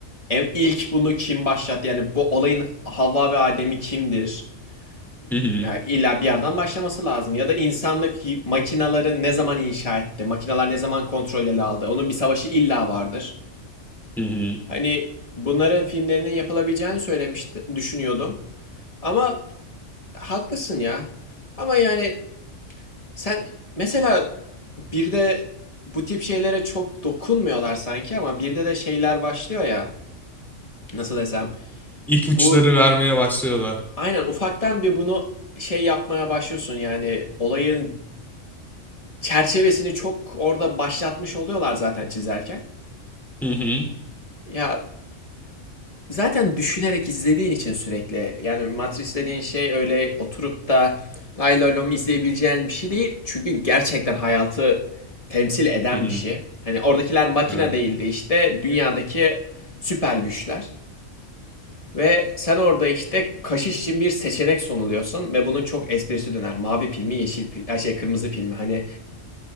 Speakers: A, on the left; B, in the centre.
A: Em- İlk bunu kim başlattı? Yani bu olayın Havva ve Adem'i kimdir?
B: hı hı,
A: Yani illa bir yerden başlaması lazım. Ya da insanlık makinaları ne zaman inşa etti? Makinalar ne zaman kontrol ele aldı? Onun bir savaşı illa vardır.
B: hı hı.
A: Hani bunların filmlerinin yapılabileceğini söylemişti, düşünüyordum. Ama Haklısın ya. Ama yani sen mesela bir de bu tip şeylere çok dokunmuyorlar sanki ama birde de şeyler başlıyor ya. Nasıl desem?
B: İpuçları
A: Bu
B: vermeye başlıyorlar.
A: aynen ufaktan bir bunu şey yapmaya başlıyorsun yani olayın çerçevesini çok orada başlatmış oluyorlar zaten çizerken.
B: Hı hı,
A: Ya Zaten düşünerek izlediğin için sürekli yani Matrix dediğin şey öyle oturup da lay lay lom izleyebileceğin bir şey değil. Çünkü gerçekten hayatı temsil eden
B: hı hı.
A: bir şey. Hani oradakiler makine
B: Evet.
A: değildi işte dünyadaki süper güçler. Ve sen orada işte kaşış için bir seçenek sunuluyorsun ve bunun çok esprisi döner. Mavi pil mi yeşil pil, ay şey kırmızı pil mi? Hani